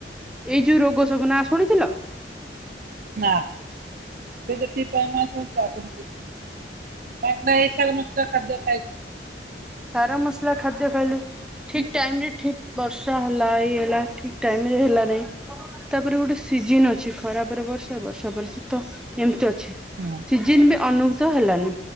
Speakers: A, in the centre; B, on the right.
A: ଏଇ ଯୋଉ ରୋଗ ସବୁ ନା ଶୁଣିଥିଲ।
B: ନା ଏବେ <unintelligible> <unintelligible> ମସଲା ଖାଦ୍ୟ। ଆଜ୍-
A: ବାର ମସଲା ଖାଦ୍ୟ ଖାଇଲେ ଠିକ
B: ହିଁ
A: ଟାଇମ ରେ ଠିକ ବର୍ଷା ହେ ପ୍ଲାଏ ହେଲା ଠିକ ଟାଇମରେ ହେଲା ନାଇ ତାପରେ ଗୋଟେ ସିଜନ ଅଛି ଖରାପରେ ବର୍ଷା ବର୍ଷା ପରେ ଶୀତ ଏମତି ଅଛି
B: ହଁ
A: ସିଜନ ଭି ଅନୁଭତ ହେଲାନି